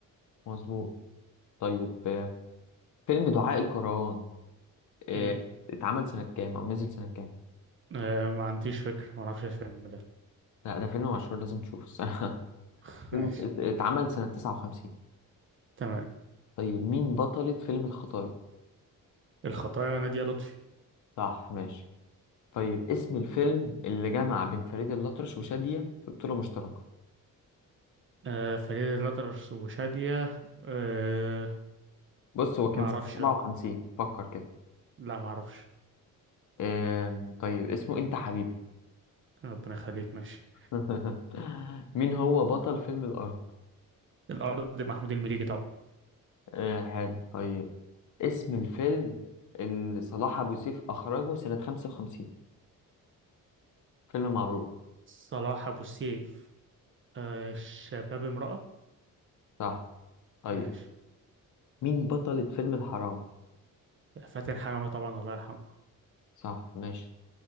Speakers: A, on the left; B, on the right.
A: مظبوط طيب آه، فيلم دعاء الكروان آه،
B: مم.
A: اتعمل سنه كام او نزل سنه كام
B: آه... ما عنديش فكرة ما اعرفش الفيلم ده
A: لا ده فيلم مشهور لازم تشوفه <laughs>
B: <laughs>
A: فيلم
B: ماشي
A: اتعمل سنة 59
B: تمام
A: طيب مين بطلة فيلم الخطايا؟
B: الخطايا نادية لطفي
A: صح ماشي طيب اسم الفيلم اللي جمع بين فريد الأطرش وشادية في بطولة مشتركة
B: آه... فريد الأطرش وشادية آه...
A: بص هو كان
B: ما اعرفش
A: سنة 57
B: لا
A: فكر كده
B: لا ما اعرفش
A: آم، طيب اسمه انت حبيبي
B: ربنا يخليك ماشي
A: <laughs> مين هو بطل فيلم الأرض؟
B: الأرض محمود المليجي طبعا
A: آه حلو طيب اسم الفيلم اللي صلاح أبو سيف أخرجه سنة 55 فيلم معروف
B: صلاح أبو السيف آه... شباب امرأة
A: صح طيب
B: ماشي
A: مين بطلة فيلم الحرام؟
B: فاتن حمامة طبعا الله يرحمه
A: صح ماشي